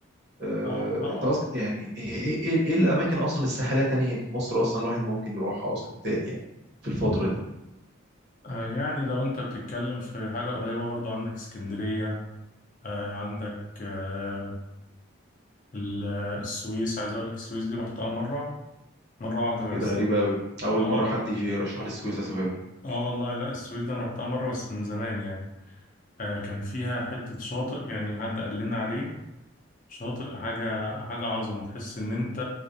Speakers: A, on the right; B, on the left.
A: آه،
B: اه اه
A: انت اصلا يعني ايه إيه- إيه- إيه إيه الاماكن اصلا الساحليه تاني في مصر اصلا الواحد ممكن يروحها اصلا تاني يعني في الفتره دي
B: آه، يعني لو انت بتتكلم في حاجة قريبة برضو عندك اسكندرية آه، عندك آه، ال- آه، السويس عايز اقول لك السويس دي رحتها مرة مرة واحدة
A: ايه
B: بس
A: ده غريبه قوي اول
B: اه
A: مره
B: وال-
A: حد يجي يرشح لي السويس اسافر
B: اه والله لا السويس دي انا رحتها مرة بس من زمان يعني آه، كان فيها حتة شاطئ يعني حد قال لنا عليه شاطئ حاجة حاجة عظمة تحس إن أنت